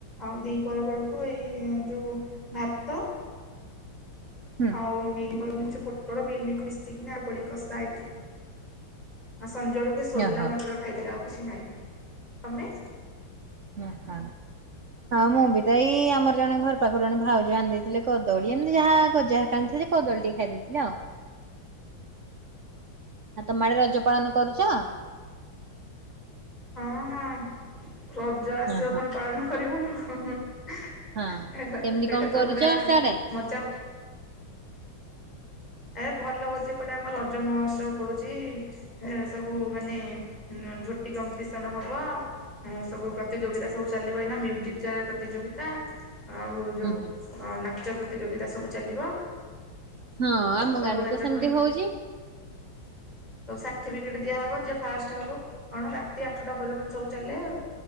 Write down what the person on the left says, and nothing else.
ଆଉ ଦିପହର ବେଳକୁ ଏଇ ଯେଉଁ ଭାତ
ଆଉ ମିଲ ପାଉ ସେପଟେ କଣ ମିଳିମିକ ମିଶିକିନା ଆଳୁ ପଡି କଷା ହେଇଥିଲା ଆଉ ସଞ୍ଜବେଳକୁ ସୋଲା
ମଟର ଖାଇଦେଲେ ଆଉ କିଛି ନାହିଁ। ତମେ
<inaudible>
ହଁ ହଁ ରଜା ଆସିବ
କଣ ପାଳନ କରିବୁନୁ। ସେଇଟା
ତ ପୁରା
ମଜା। ଏ ଭଲ ହଉଛି ଏପଟେ ଆମ ରଜ ମହୋତ୍ସବ ପଡୁଛି। ଏ ସବୁ ମାନେ ଝୋଟି କମ୍ପିଟିସନ ହବ। ହଁ ସବୁ ପ୍ରତିଯୋଗିତା ସବୁ ଚାଲିବ ଏଇନା ମିଉଜିକ ଚେୟାର ପ୍ରତିଯୋଗିତା ଆଉ ଯୋଉ
ନାଚ ପ୍ରତିଯୋଗିତା ସବୁ ଚାଲିବ।
ସବୁ
ଏତେ
ସାର୍ଟିଫିକେଟ ଦିଆହବ ଯିଏ ଫାଷ୍ଟ ହବ କଣ ରାତି ଆଠଟା ପର୍ଯ୍ୟନ୍ତ ସବୁ ଚାଲେ ଆଉ